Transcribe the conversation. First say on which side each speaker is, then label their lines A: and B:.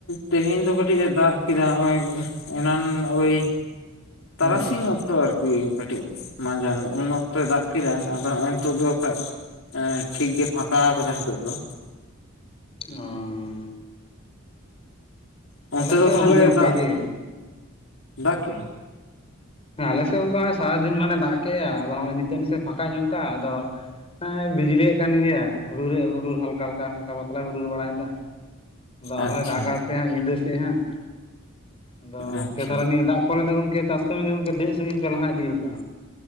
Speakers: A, on the left; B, on the left.
A: ᱛᱮᱦᱮᱧ ᱫᱚ ᱠᱟᱹᱴᱤᱡ ᱮ ᱫᱟᱜ ᱠᱮᱫᱟ ᱱᱚᱜ ᱚᱭ ᱮᱱᱟᱜ ᱳᱭ ᱛᱟᱨᱟᱥᱤᱝ
B: ᱦᱩᱸ
A: ᱚᱠᱛᱚᱨ ᱠᱟᱹᱴᱤᱡ ᱢᱟᱡᱟᱱ ᱩᱱ ᱚᱠᱛᱚᱭ ᱫᱟᱜ ᱠᱮᱫᱟ ᱟᱫᱚᱜᱚᱭ ᱱᱤᱛᱳ ᱫᱚ ᱠᱷᱟᱱ ᱴᱷᱤᱠ ᱜᱮ ᱯᱷᱟᱸᱠᱟ ᱟᱠᱟᱫᱟ ᱱᱤᱛᱚᱜ ᱫᱚ
B: ᱚ
A: ᱚᱱᱛᱮ
B: ᱟᱞᱮ
A: ᱫᱚ
B: ᱥᱮᱫ
A: ᱛᱟᱦᱚᱞᱮ
B: ᱜᱚᱢᱠᱮ ᱚᱱᱠᱟ
A: ᱫᱟᱜ
B: ᱜᱮ
A: ᱫᱟᱜ ᱠᱮᱜᱼᱟ
B: ᱦᱮᱸ ᱟᱞᱮ ᱥᱮᱫ ᱚᱱᱠᱟ ᱥᱟᱨᱟᱫᱤᱱ ᱢᱟᱱᱮ ᱫᱟᱜ ᱠᱮᱜᱼᱟ ᱟᱫᱚ ᱦᱚᱸᱜᱚᱭ ᱱᱤᱛᱚᱜ ᱥᱮᱫ ᱮ ᱯᱷᱟᱸᱠᱟ ᱧᱚᱜ ᱠᱟᱜ ᱟᱫᱚ ᱦᱮᱸ ᱵᱤᱡᱽᱞᱤᱭᱥᱜ ᱠᱟᱱ ᱜᱮᱭᱭᱟ ᱦᱩᱰᱩᱨᱮ ᱦᱩᱰᱩᱨ ᱦᱟᱞᱠᱟ ᱦᱟᱞᱠᱟ ᱦᱟᱞᱠᱟ ᱵᱟᱛᱞᱟ ᱦᱩᱰᱩᱨ ᱵᱟᱲᱟᱭᱮᱫᱟ ᱟᱨᱦᱚᱸᱭ
A: ᱟᱪᱪᱷᱟ
B: ᱫᱟᱜ ᱥᱮᱫ ᱦᱟᱸᱜ ᱧᱤᱫᱟᱹ ᱥᱮᱡ ᱦᱟᱸᱜ ᱟᱫᱚ ᱜᱚᱝᱠᱮ
A: ᱟᱪᱪᱷᱟᱡ
B: ᱛᱟᱦᱚᱞᱮ ᱱᱤᱭᱟᱹ ᱫᱟᱜ ᱯᱮ ᱫᱚ ᱜᱚᱢᱠᱮ ᱪᱟᱥ ᱠᱟᱹᱢᱤ ᱫᱚ ᱜᱚᱢᱠᱮ ᱛᱤᱱᱟᱹᱜ ᱥᱟᱜᱤᱧ ᱞᱟᱦᱟ ᱤᱫᱤ ᱟᱠᱟᱜᱼᱟ